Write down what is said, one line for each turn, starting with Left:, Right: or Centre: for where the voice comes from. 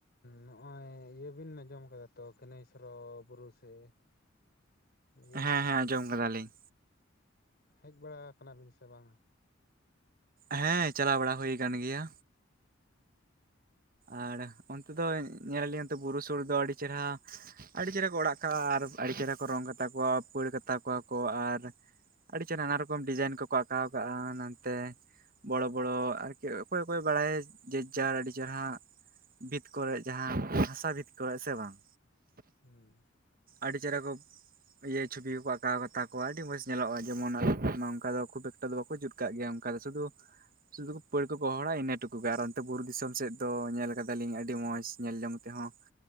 Left: ᱱᱚᱜ ᱚᱚᱭ ᱤᱭᱟᱹ ᱵᱤᱱ ᱟᱸᱡᱚᱢ ᱟᱠᱟᱫᱟ ᱛᱚ ᱠᱱᱟᱹᱭ ᱥᱚᱨᱚ ᱵᱩᱨᱩ ᱥᱮ? ᱤᱭᱟᱹ
Right: ᱦᱮᱸ ᱦᱮᱸ ᱟᱸᱡᱚᱢ ᱠᱟᱫᱟᱞᱤᱧ
Left: ᱦᱮᱡ ᱵᱟᱲᱟ ᱟᱠᱟᱱᱟ ᱵᱤᱱ ᱥᱮ ᱵᱟᱝᱟ?
Right: ᱦᱮᱸ ᱪᱟᱞᱟᱣ ᱵᱟᱲᱟ ᱦᱩᱭ ᱟᱠᱟᱱ ᱜᱮᱭᱟ ᱟᱨ ᱚᱱᱛᱮ ᱫᱚ ᱧᱮᱞᱮᱲᱮ ᱵᱩᱨᱩ ᱥᱩᱨ ᱫᱚ ᱟᱹᱰᱤ ᱪᱮᱦᱨᱟ ᱟᱹᱰᱤ ᱪᱮᱦᱨᱟ ᱠᱚ ᱚᱲᱟᱜ ᱠᱟᱜᱼᱟ ᱟᱨ ᱟᱹᱰᱤ ᱪᱮᱦᱨᱟ ᱠᱚ ᱨᱚᱝ ᱠᱟᱛᱟ ᱠᱚᱣᱟ ᱯᱟᱹᱲ ᱠᱟᱛᱟ ᱠᱚᱣᱟ ᱠᱚ ᱟᱨ ᱟᱹᱰᱤ ᱪᱮᱨᱦᱟ ᱱᱟᱱᱟ ᱨᱚᱠᱚᱢ ᱰᱤᱡᱟᱭᱤᱱ ᱠᱚᱠᱚ ᱟᱸᱠᱟᱣ ᱠᱟᱜᱼᱟ ᱱᱟᱱᱛᱮ ᱵᱚᱲᱚ ᱵᱚᱲᱚ ᱟᱨᱠᱤ ᱚᱠᱚᱭ ᱚᱠᱚᱭ ᱵᱟᱲᱟᱭᱟ ᱡᱮᱡᱟᱨ ᱟᱹᱰᱤ ᱡᱟᱦᱟᱸ ᱵᱤᱛ ᱠᱚᱨᱮ ᱡᱟᱦᱟᱸ ᱦᱟᱥᱟ ᱵᱤᱛ ᱠᱚᱨᱮ ᱥᱮ ᱵᱟᱝ
Left: ᱦᱩᱸ
Right: ᱟᱹᱰᱤ ᱪᱮᱨᱦᱨᱟ ᱠᱚ ᱤᱭᱟᱹ ᱪᱷᱚᱵᱤ ᱠᱚᱠᱚ ᱟᱸᱠᱟᱣ ᱠᱟᱛᱟ ᱠᱚᱣᱟ ᱟᱹᱰᱤ ᱢᱚᱸᱡᱽ ᱧᱮᱞᱚᱜᱼᱟ ᱡᱮᱢᱚᱱ ᱚᱱᱠᱟ ᱫᱚ ᱠᱷᱩᱵ ᱮᱠᱴᱟ ᱫᱚ ᱵᱟᱠᱚ ᱡᱩᱛ ᱚᱱᱠᱟ ᱫᱚ ᱥᱩᱫᱩ ᱥᱩᱫᱩ ᱯᱟᱹᱲ ᱜᱚᱦᱚᱲᱟ ᱤᱱᱟᱹ ᱴᱩᱠᱩ ᱜᱮ ᱟᱨ ᱚᱱᱛᱮ ᱵᱩᱨᱩ ᱫᱤᱥᱚᱢ ᱥᱮᱫ ᱫᱚ ᱧᱮᱞ ᱠᱟᱫᱟᱞᱤᱧ ᱟᱹᱰᱤ ᱢᱚᱸᱡᱽ ᱧᱮᱞ ᱡᱚᱝ ᱛᱮᱸᱦᱚᱸ